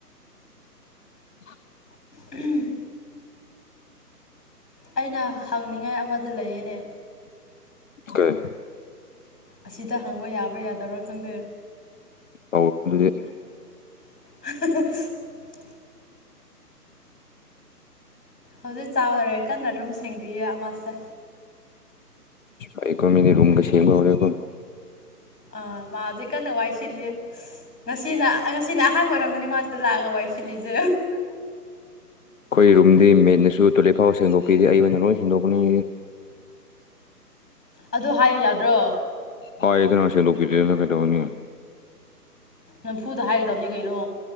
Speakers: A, on the left (about 55°); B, on the left (about 75°).
A: <unintelligible>
B: ꯎꯝ ꯑꯩꯅ ꯍꯪꯅꯤꯡꯉꯥꯏ ꯑꯃꯗ ꯂꯩꯌꯦꯅꯦ
A: ꯀꯥꯏꯦ
B: ꯑꯁꯤꯗ ꯍꯪꯕ ꯌꯥꯕ꯭ꯔꯥ ꯌꯥꯗꯕ꯭ꯔꯥ ꯈꯪꯗꯦ
A: ꯇꯧꯗꯤꯦ
B: <unintelligible> ꯍꯧꯖꯤꯛ ꯆꯥꯎꯗꯔꯦ ꯀꯟꯅ ꯑꯗꯨꯨꯝ ꯁꯦꯡꯗꯤꯌꯦ ꯃꯥꯁꯦ
A: ꯑꯩꯀꯣ ꯃꯦꯅꯦ ꯔꯨꯨꯝ ꯀꯩ ꯁꯕ ꯑꯣꯏꯔꯦꯀꯣ
B: ꯑꯥ ꯃꯥꯖꯤ ꯀꯟꯅ ꯋꯥꯏ ꯁꯤꯜꯂꯤꯌꯦ ꯉꯁꯤꯅ ꯉꯁꯤꯅ ꯑꯍꯥꯟꯕ ꯑꯣꯏꯔꯝꯗꯅꯤ ꯃꯥꯁꯤꯗ ꯂꯥꯛꯂ ꯋꯥꯏ ꯁꯤꯜꯂꯤꯁꯦ
A: ꯑꯩꯈꯣꯏ ꯔꯨꯝꯗꯤ ꯃꯦꯠꯅꯁꯨ ꯇꯣꯏꯂꯦꯠ ꯐꯥꯎꯕ ꯁꯦꯡꯗꯣꯛꯄꯤꯗꯦ ꯑꯩ ꯑꯣꯏꯅ ꯂꯣꯏ ꯁꯦꯡꯗꯣꯛꯄꯅꯤ
B: ꯑꯗꯨ ꯍꯥꯏꯌꯣ ꯌꯥꯗ꯭ꯔꯣ
A: ꯍ ꯏꯗꯅꯁꯦꯂ ꯀꯇꯅꯤ
B: ꯅꯝꯐꯨꯗ ꯍꯥꯏꯒꯗꯕꯅꯤ ꯀꯩꯅꯣ